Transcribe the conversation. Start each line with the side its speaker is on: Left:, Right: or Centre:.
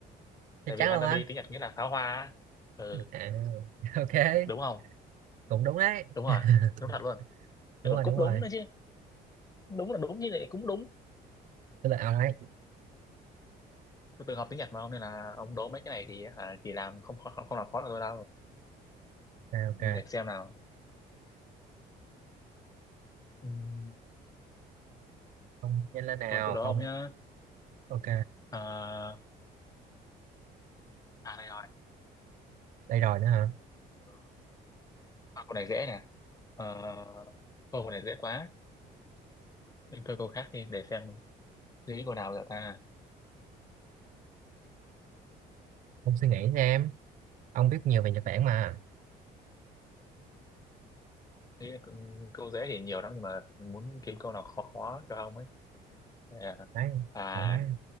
Right: chắc
Left: tại
Right: chắn
Left: vì Hanabi
Right: luôn á
Left: tiếng Nhật nghĩa là pháo hoa á. ừ
Right: à, <laughs> ok
Left: đúng không
Right: cũng đúng đấy
Left: đúng rồi
Right: <laughs>
Left: đúng thật luôn
Right: đúng
Left: Lại còn
Right: rồi
Left: cúp
Right: đúng
Left: đúng
Right: rồi
Left: nữa chứ đúng là đúng chứ lại cũng đúng
Right: tôi là ông ấy
Left: tôi từng học tiếng Nhật mà ông nên là ông đố mấy cái này thì à, chỉ làm không không không làm khó được tôi đâu
Right: à, ok
Left: Ừ, để xem nào Ừm,
Right: ông nhanh lên nào
Left: rồi tôi đố
Right: ông
Left: ông nhá
Right: ok
Left: à, à đây
Right: đây rồi nữa hả
Left: rồi À, câu này dễ nè. Ờ, câu này dễ quá. Mình thôi câu khác đi để xem suy nghĩ câu nào giờ ta.
Right: ông suy nghĩ nha em ông biết nhiều về Nhật Bản mà
Left: Nghĩ là câu câu dễ thì nhiều lắm nhưng mà muốn kiếm câu nào khó khó cho ông ấy. À,
Right: đấy
Left: à
Right: ông ấy